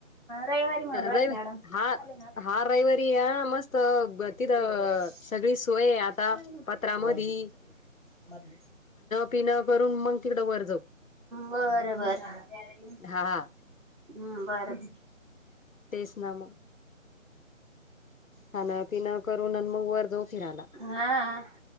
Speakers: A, on the right; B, on the left.
A: रविवारी म्हणूंन राहिलें
B: रवि
A: मॅडम
B: हा
A: अ ना
B: हा रविवारी या मस्त तिथं
A: <unintelligible>
B: सगळी सोय आहे आता पत्रामधी
A: बुवांई मध्येचं
B: पिनां करूंन मंग तिकडं वरं जाऊं
A: बरं बरं
B: हा हा
A: हम्मं बरं
B: तेच ना मग खाणंपिनं करूंन आणि मंग वरं जाऊं फिरायंला
A: हां